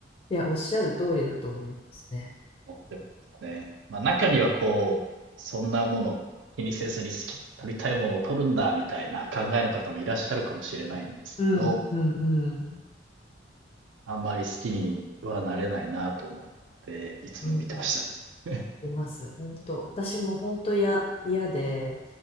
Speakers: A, on the left; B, on the right.
A: いや、おっしゃる通りだと思いますね。
B: 思ってましたね。まあ中にはこう、そんなもの気にせずに好き、撮りたいものを撮るんだみたいな考えの方もいらっしゃるかもしれないんですけど、
A: うん、うん、うん。
B: あんまり好きにはなれないなと思って、いつも見てましたね。
A: うん、
B: <laughs>
A: います。本当。私も本当や、嫌で、